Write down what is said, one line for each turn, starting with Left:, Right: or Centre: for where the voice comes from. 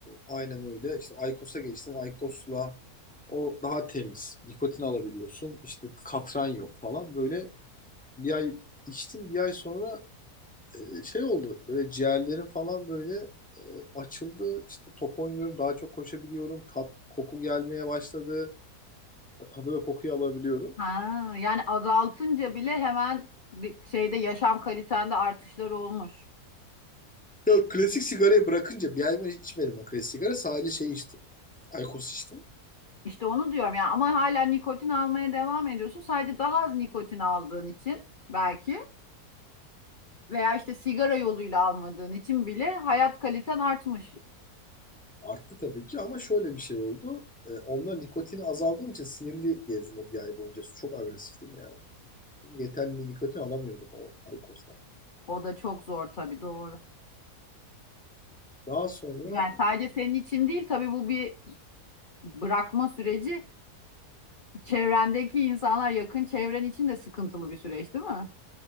Centre: aynen öyle. İşte IQOS'a geçtim. IQOS'la o daha temiz. Nikotin alabiliyorsun. İşte katran yok falan. Böyle bir ay içtim. Bir ay sonra e, şey oldu. Böyle ciğerlerim falan böyle e, açıldı. İşte top oynuyorum. Daha çok koşabiliyorum. Tat, koku gelmeye başladı. Tadı ve kokuyu alabiliyorum.
Left: Ha, yani azaltınca bile hemen bir şeyde yaşam kalitende artışlar olmuş.
Centre: Yok klasik sigarayı bırakınca bir ay mı içmedim ben klasik sigara. Sadece şey içtim. Aykos içtim.
Left: İşte onu diyorum yani ama hala nikotin almaya devam ediyorsun. Sadece daha az nikotin aldığın için belki veya işte sigara yoluyla almadığın için bile hayat kaliten artmış.
Centre: Arttı tabii ki ama şöyle bir şey oldu. Ee, onunla nikotini azaldığım için sinirli gezdim o bir ay boyunca. Çok agresiftim yani Çünkü yeterli nikotin alamıyordum o Aykos'tan.
Left: O da çok zor tabii doğru.
Centre: Daha sonra
Left: Yani sadece senin için değil tabii bu bir bırakma süreci çevrendeki insanlar yakın çevren için de sıkıntılı bir süreç değil mi?